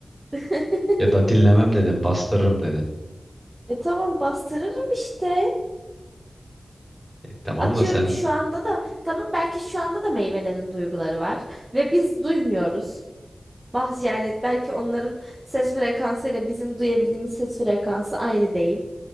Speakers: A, on the right; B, in the centre.
A: <laughs>
B: Ya da dinlemem dedin, bastırırım dedin.
A: E tamam bastırırım işte.
B: E, tamam
A: Atıyorum
B: da sen
A: şu anda da tamam belki şu anda da meyvelerin duyguları var ve biz duymuyoruz. Bas yani belki onların ses frekansıyla bizim duyabildiğimiz ses frekansı aynı değil.